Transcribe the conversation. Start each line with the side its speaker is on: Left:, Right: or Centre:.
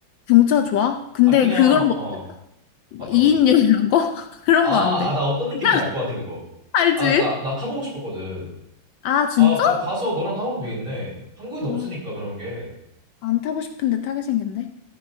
Left: 경차 좋아? 근데
Right: 아, 그냥,
Left: 그런
Right: 어,
Left: 거, 뭐
Right: 어떤
Left: 2인용
Right: 거?
Left: 이런 거? <laughs> 그런
Right: 아,
Left: 거 안 돼.
Right: 아, 나 어떤 느낌인지
Left: <laughs>
Right: 알 것 같아, 그거.
Left: 알지?
Right: 아, 나, 나 타보고 싶었거든.
Left: 아, 진짜?
Right: 아, 거 가서 너랑 타보면 되겠네. 한국엔 없으니까
Left: 아,
Right: 그런 게.
Left: 안 타고 싶은데 타게 생겼네.